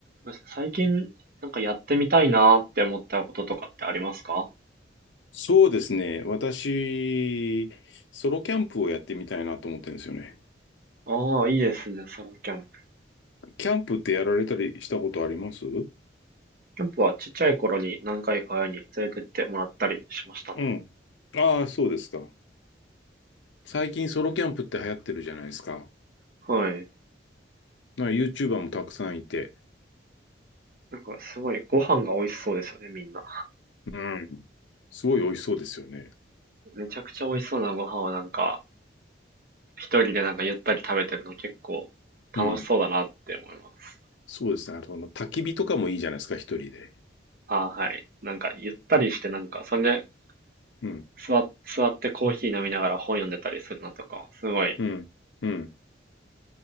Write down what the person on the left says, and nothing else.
そうですね。私、ソロキャンプをやってみたいなと思ってるんですよね。
キャンプってやられたりしたことあります
うん。ああ、そうですか。最近ソロキャンプって流行ってるじゃないですか。
なんか YouTuber もたくさんいて。
うん。すごい美味しそうですよね。
うん。そうですね。あと、あの、焚き火とかもいいじゃないですか、一人で。
うん。
うん。うん。